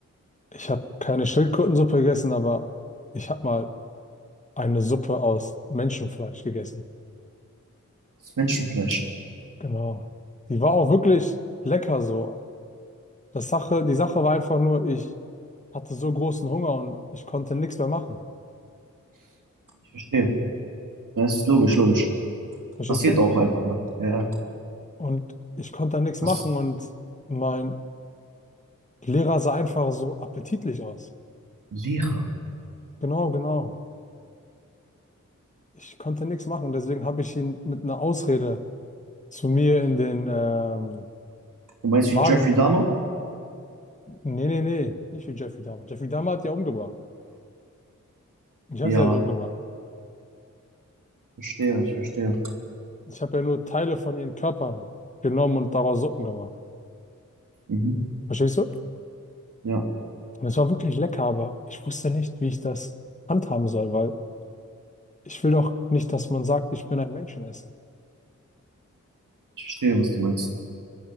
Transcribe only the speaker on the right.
Das ist Menschenfleisch.
Ich verstehe. Das ist logisch, logisch.
Passiert
auch einfach mal. Ja.
Was?
Lehrer.
Du meinst
wie Jeffrey Dahmer?
Ja.
Ich verstehe, ich verstehe.
Mhm.
Ja.
Ich verstehe, was du meinst.